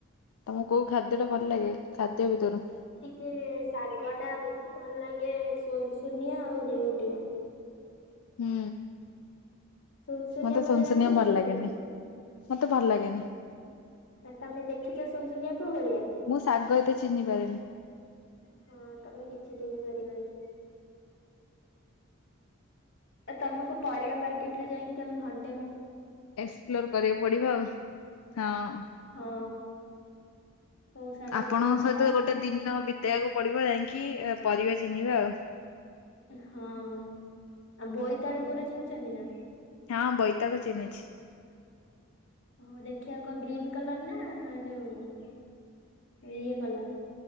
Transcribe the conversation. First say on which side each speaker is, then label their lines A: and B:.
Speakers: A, on the left (about 80°); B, on the left (about 55°).
A: ତମକୁ କୋଉ ଖାଦ୍ୟଟା ଭଲ ଲାଗେ ଖାଦ୍ୟ ଭିତରୁ?
B: ତେ ଶାଗଟା ବେଶୀ ଭଲ ଲାଗେ ସୁନ୍ ସୁନିଆ ଆଉ ନେଉଟିଆ।
A: ହୁଁ
B: ସୁନସୁନିଆ
A: ମତେ ସୁନ୍
B: କୋଉଟା
A: ସୁନିଆ
B: ଜାଣିପାରୁଛନ୍ତି
A: ଭଲ ଲଗେନି।
B: ନା
A: ମତେ ଭଲ ଲାଗେନି।
B: ଆ ତମେ ଦେଖିଚ ସୁୁନସୁନିଆ କୋଉ ଭଳିଆ?
A: ମୁଁ ଶାଗ ଏତେ ଚିହ୍ନି ପାରିନି।
B: ଅଁ ହଁ ତମେ କିଛି ଚିହ୍ନିପାରିବନି। ଆ ତମକୁ ପରିବା ମାର୍କେଟରେ ଯାଇକି ତମେ ଘଣ୍ଟ
A: ଏକ୍ସପ୍ଲୋର କରିବାକୁ ପଡ଼ିବ ଆଉ ହଁ।
B: ହଁ କୋଉ ଶାଗ
A: ଆପଣଙ୍କ
B: କୋଉ ଭଳିଆ
A: ସହିତ ଗୋଟେ
B: କଣ
A: ଦିନ ବି ତେଇବାକୁ ପଡ଼ିବ ଯାଇଁକି ପରିବା ଚିହ୍ନିବା ଆଉ।
B: ହଁ ଆଉ ବୋଇତାଳୁ କୋଉଟା ଚିିନିଚନ୍ତିନା?
A: ହଁ ବୈତାଳୁ ଚିହ୍ନିଛି।
B: ହଁ ଦେଖିବା କଣ ଗ୍ରୀନ କଲରନା ଯୋଉ ଇଏ colour